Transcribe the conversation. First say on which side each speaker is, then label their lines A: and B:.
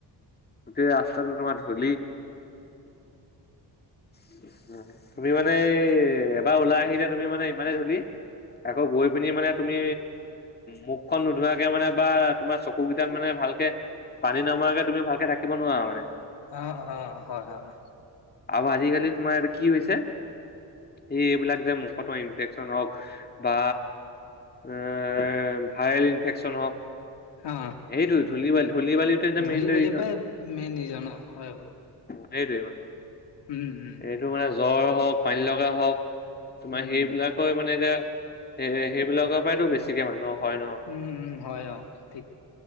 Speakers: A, on the left; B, on the left.
A: গোটেই ৰাস্তাটো তোমাৰ ধূলি তুমি ইমান মানে এবাৰ ওলাই আহিলা তুমি মানে ইমানে ধূলি আকৌ গৈ পিনি মানে তুমি মোখ খন নোধুৱাকে মানে বা তোমাৰ চকু কেইটাত মানে ভালকে পানী নমাকে তুমি ভাল থাকিব নোৱাৰা মানে।
B: অ', অ', হয় হয়।
A: আৰু আজিকালি তোমাৰ কি হৈছে এই এইবিলাক যে মুখতো ইনফেকচন হওক বা এ ভাইৰেল ইনফেকচন হওক
B: অ
A: এইটো ধূলি বালি ধূলি বালিটো এটা
B: ধূলি
A: মেইন
B: বালিৰ
A: ৰিজন।
B: পৰাই মেইন ৰিজন অ হয় বাৰু
A: সেইটোৱে মানে।
B: উম উম।
A: তোৰ মানে জ্বৰ হওক পানী লগা হওক তোমাৰ
B: উম
A: সেইবিলাক তই মানে এতিয়া এ সেইবিলাকৰ পৰাইতো বেছি <unintelligible> হয় ন।
B: উম উম হয় অ ঠিক